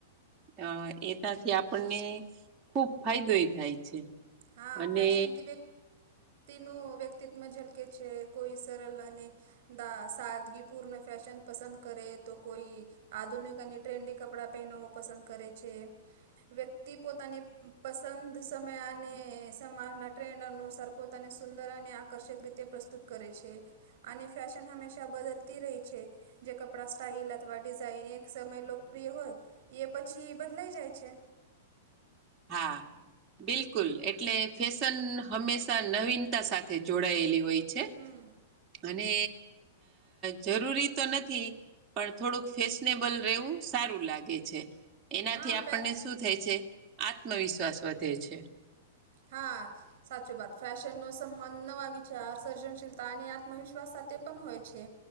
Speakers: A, on the right; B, on the right.
A: અ એક ના થી આપણને ખુબ ફાયદો થાય છે.
B: હા,
A: અને
B: ફેશનથી બે તેનું વ્યક્તિત્વ ઝલકે છે, કોઈ સરલ અને સાદગીપૂર્ણ ફેશન પસંદ કરે તો કોઈ. આધુનિક અને ટ્રેન્ડી કપડાં પહેનું પસંદ કરે છે. વ્યક્તિ પોતાની પસંદ સમય. અને સમાજના ટ્રેન્ડ અનુસાર પોતાને સુંદર અને આકર્ષક રીતે પ્રસ્તુત કરે છે. અને ફેશન હમેશા બદલતી રહી છે. જે કપડાં, સ્ટાઇલ અથવા ડિઝાઇન એક સમય લોકપ્રિય હોય. એ પછી બદલાઈ જાય છે.
A: હા, બિલકુલ, એટલે ફેશન હંમેશા નવીનતા સાથે. જોડાયેલી હોય. છે
B: હા.
A: અને જરૂરી તો નથી, પણ થોડુંક ફેસ. નેબલ રેવું સારું લાગે છે, એનાથી
B: હા
A: આપણને
B: ફે
A: શું થાય છે? આત્મવિશ્વાસ વધે છે.
B: હા. સાચું વાત, ફેશનનો સંબંધ નવા વિચાર સર્જનશીલતા અને આત્મવિશ્વાસ સાથે પણ હોય છે.